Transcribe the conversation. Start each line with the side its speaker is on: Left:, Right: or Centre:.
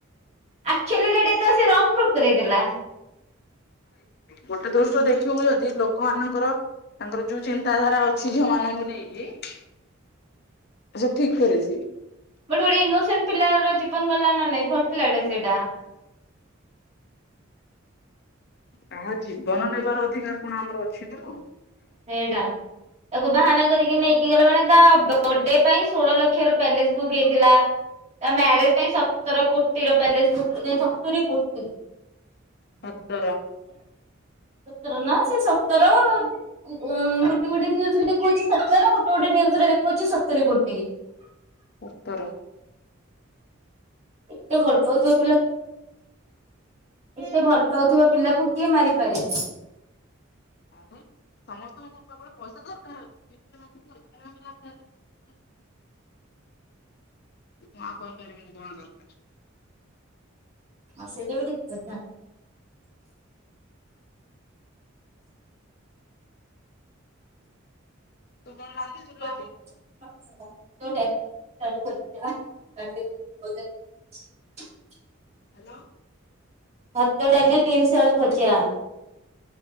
Right: ଅକ୍ଚୂଆଲିରେ ଏଟା ତ ସେ ରଙ୍ଗ ପ୍ରୁଫ କରେଇଦେଲା।
Left: ଗୋଟେ ଦୃଷ୍ଟିରୁ ଦେଖିବୁ ଯଦି ଲୋକମାନଙ୍କର ତାଙ୍କର ଯୋଉ ଚିନ୍ତାଧାରା ଅଛି ଝିଅମାନଙ୍କୁ ନେଇକି ଆଛା ଠିକ କରିଛି।
Right: ଗୋଟେ ଇନୋସେଣ୍ଟ ପିଲାର ଜୀବନ ଗଲା ନା ନାଇଁ। ଭଲ ପିଲାଟା ସେଇଟା।
Left: କାହା ଜୀବନ ନେବାର ଅଧିକାର କଣ ଆମର ଅଛି ନା?
Right: ସେଇଟା। ତାକୁ ବାହାନା କରିକି ନେଇକି ଗଲେ, ମାନେ ତା ବର୍ଥଡେ ପାଇଁ ଷୋଳ ଲକ୍ଷର ପ୍ୟାଲେସ ବୁକ୍ ହେଇଥିଲା। ତା ମ୍ୟାରେଜ ପାଇଁ ସତର କୋଟିର ପ୍ୟାଲେସ ବୁକ୍, ସତୁରୀ କୋଟି।
Left: ସତର
Right: ସତର ନା ସେ ସତର ଉଁ ଗୋଟେ ଗୋଟେ ନିୟୁଜରେ ଦେଖଉଛି ସତର ଗୋଟେ ଗୋଟେ ନିୟୁଜରେ ଦେଖଉଛି ସତର କୋଟି।
Left: ସତର।
Right: ଏତେ ଭଲ ପାଉଥିବା ପିଲା ଏତେ ଭଲ ପାଉଥିବା ପିଲାକୁ କିଏ ମାରିପାରେ?
Left: ଆରେ ସମସ୍ତଙ୍କୁ କେବଳ ପଇସା ଦରକାର ଅଛି <unintelligible> ନା କହିପାରିବିନି କଣ ଦରକାର?
Right: ହଁ ସେଇଟାବି ଠିକ କଥା।
Left: ତୁ କଣ ରାନ୍ଧିଥିଲୁ
Right: ହଁ।
Left: ଆଜି?
Right: <unintelligible>
Left: ହ୍ୟାଲୋ।
Right: ଭାତ, ଡାଲି, ବିମସ ଆଳୁ ଭଜା